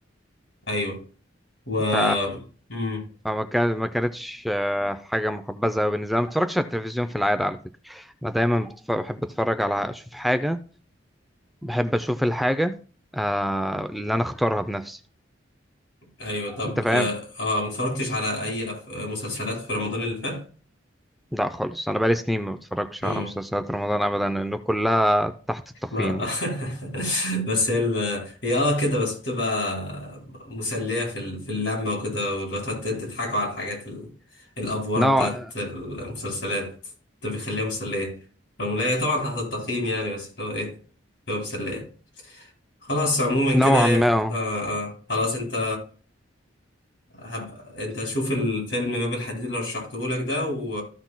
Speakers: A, on the left; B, in the centre.
A: ايوه و
B: ف
A: مم.
B: فما كان ما كانتش آه، حاجة محبذة أوي بالنسبة لي أنا ما بتفرجش على التلفزيون في العادة على فكرة أنا دايما بتف- بحب أتفرج على أشوف حاجة بحب اشوف الحاجه آه اللي انا اختارها بنفسي
A: ايوه طب
B: انت فاهم
A: اه آه، ما اتفرجتش على اي أف... مسلسلات في رمضان اللي فات
B: لا خالص انا بقالي سنين ما بتفرجش
A: مم.
B: على مسلسلات رمضان ابدا لانه كلها تحت التقييم
A: ما
B: يعني
A: <laughs> بس هي ال... هي اه كده بس بتبقى مسلية في ال... في اللمة وكده ولو تقعد تضحكوا على الحاجات ال... الأفورة
B: نوع
A: بتاعت المسلسلات ده بيخليها مسلية رغم إن هي طبعا تحت التقييم يعني بس اللي هو ايه بتبقى مسلية خلاص عموما كده
B: نوعا
A: يا-
B: ما آه.
A: آه آه خلاص انت هب... انت شوف الفيلم باب الحديد اللي رشحته لك ده و...